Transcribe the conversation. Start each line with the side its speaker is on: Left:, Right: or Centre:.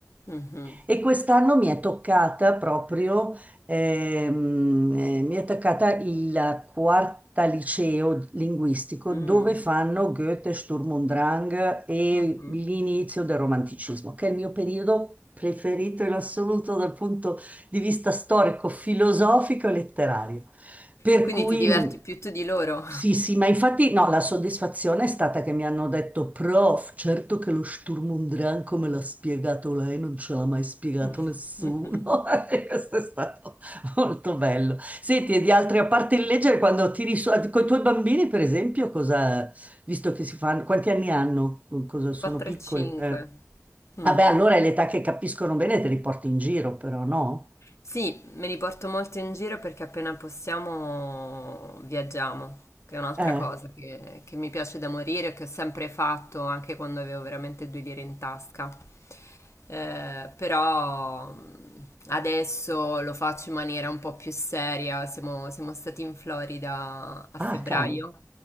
Left: Mh-mh.
Right: E quest'anno mi è toccata proprio, ehm, eh, mi è toccata il quarta liceo linguistico
Left: Mh.
Right: dove fanno Goethe, Sturm und Drang e
Left: Mh-mh.
Right: l'inizio del romanticismo, che è il mio periodo preferito in assoluto dal punto di vista storico, filosofico e letterario. Per
Left: Quindi
Right: cui
Left: ti diverti
Right: mh,
Left: più tu di loro.
Right: sì, sì, ma infatti no, la soddisfazione è stata che mi hanno detto, prof, certo che lo Sturm und Drang come l'ha spiegato lei, non ce l'ha mai spiegato
Left: <laughs>
Right: nessuno.
Left: Mh-mh.
Right: <laughs> E Questo è stato molto bello. Senti, e di altri, a parte il leggere, quando tiri su, con i tuoi bambini, per esempio, cosa, visto che si fanno, quanti anni hanno? Cosa- sono
Left: 4
Right: piccoli?
Left: e 5.
Right: Eh.
Left: Mh.
Right: Vabbè, allora è l'età che capiscono bene, te li porti in giro, però no?
Left: Sì, me li porto molto in giro perché appena possiamo viaggiamo, che è un'altra
Right: Eh.
Left: cosa che, che mi piace da morire, che ho sempre fatto anche quando avevo veramente due lire in tasca. Eh, però mh, adesso lo faccio in maniera un po' più seria. Siamo, siamo stati in Florida a
Right: Ah,
Left: febbraio,
Right: cavolo,